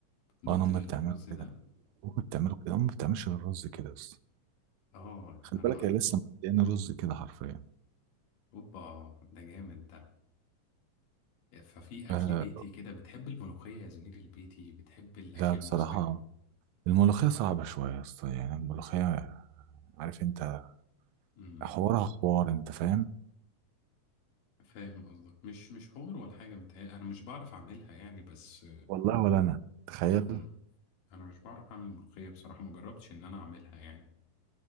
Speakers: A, on the left; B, on the right.
A: دقت
B: آه، انا امي
A: الرز
B: بتعمله
A: ده
B: كده امي بتعمله كده امي بتعملش غير رز كده يا اسطى
A: اه
B: خلي
A: انا
B: بالك هي لسه مدياني رز كده حرفيا
A: اوبا ده جامد ده ففي اكل
B: أه
A: بيتي كده بتحب الملوخيه يا زميلي البيتي بتحب الاكل
B: لا بصراحة
A: المصري
B: الملوخية صعبة شوية يا اسطى يعني الملوخية عارف انت
A: امم
B: حوارها حوار انت فاهم
A: فاهم قصدك مش مش حوار ولا حاجه متهيألي انا مش بعرف اعملها يعني بس
B: والله ولا انا تخيل
A: امم انا مش بعرف اعمل ملوخيه بصراحه ما جربتش ان انا اعملها يعني